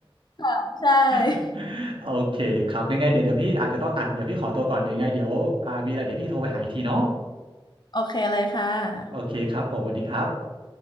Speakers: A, on the left; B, on the right.
A: <laughs> ใช่
B: <laughs> โอเคครับยังไงเดี๋ยวเดี๋ยวพี่อาจจะต้องอ่ะเดี๋ยวพี่ขอตัวก่อนเดี๋ยวยังไงเดี๋ยวอ่ามีอะไรเดี๋ยวพี่โทรไปหาอีกทีเนาะ
A: โอเคเลยค่ะ
B: โอเคครับผมสวัสดีครับ